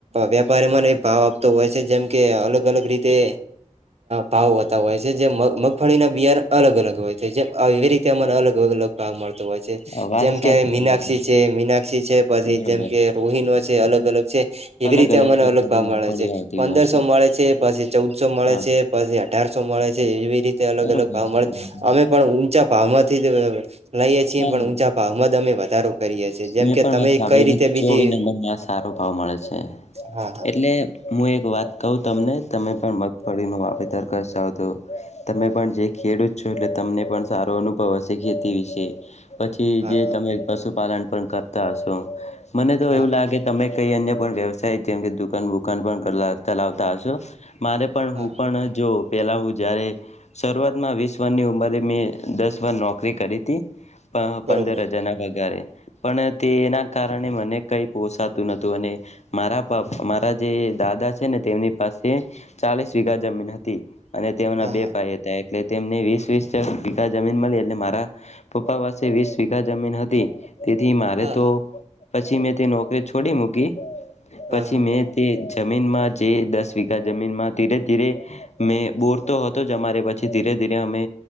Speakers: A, on the right; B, on the left.
A: વેપારીમાંને ભાવ આપતો હોય છે, જેમ કે અલગ અલગ રી તે ભાવ હોતા હોય છે, જે મગફળીના બિયાર અલગ અલગ હોય છે, જે એવી રીતે અમાને અલગ અલગ અ ભાવ મળતો હોય છે,
B: હા, વાત
A: જેમ કે
B: સાચી
A: મીનાક્ષી
B: તમારી
A: છે, મીનાક્ષી છે, પછી
B: બરોબર
A: જેમ કે રોહિણ હોય છે, અલગ અલગ છે, એવી
B: અલગ
A: રીતે અમને
B: પ્રકારની
A: અલગ ભાવ
B: મગફળીઓ
A: મળે છે,
B: આવતી
A: પંદરસો
B: હોય
A: મળે છે, પછી. ચૌદસો મળે
B: હા
A: છે, પછી અઢારસો મળે છે, એવી રીતે, અલગ
B: બરોબર
A: અલગ ભાવ
B: છે
A: મળે
B: તમારી
A: અમે
B: વાત.
A: પણ ઊંચા ભાવ માંથી અ લઈએ છીએ,
B: હા
A: પણ ઊંચા ભાવમાં અમે વધારો કરીએ છીએ, જેમ
B: મેં
A: કે
B: પણ
A: તમે
B: વાત સાંભળી
A: કઈ રીતે
B: કે
A: બીજી
B: ચોવી નંબરમાં સારો ભાવ મળે છે,
A: હા
B: એટલે હું એક વાત કહુ, તમને તમે પણ મગફળી નું વાવેતર કરાસો, તો તમે પણ જે ખેડૂત છો, એ તમને પણ સારો અનુભવ હશે, ખેતી વિશે છે પછી,
A: હા
B: જે
A: હા
B: તમે પશુપાલન પણ કરતા હશો મને, તો
A: હા
B: એવું
A: હા હા
B: લાગે તમે કઈ અન્ય પણ વ્યવસાય, જેમ કે દુકાન વુકાન પણ ચલાવતા હશો, મારે પણ
A: હા
B: હું
A: હા
B: પણ જો પહેલા હું, જ્યારે શરૂઆતમાં વીસ વરની ઉંમરે મેં દસ વર નોકરી કરી
A: બરોબર
B: પંદર જણા વગારે પણ, તેના કારણે મને કંઈ પોસાતું નતું અને મારાપ મારા જે દાદા છેને, તેમની પાસે ચાલીસ વીઘા જમીન હતી. અને તેમના
A: હા
B: બે
A: હા
B: ભાઈ હતા, એટલે તેમને વીસ વીસા પી જમીન, મળી એટલે મારા પપ્પા પાસે વીસ વીકા જમીન હતી, તેથી મારે
A: હા
B: તો
A: હા
B: પછી, મેં તે નોકરી છોડી મૂકી,
A: હા
B: પછી
A: હા
B: મેં તે જમીનમાં, જે દસ વીઘા જમીનમાં ધીરે ધીરે મેં બોરતો હતો, જ મારે પછી ધી ધીરે, અમે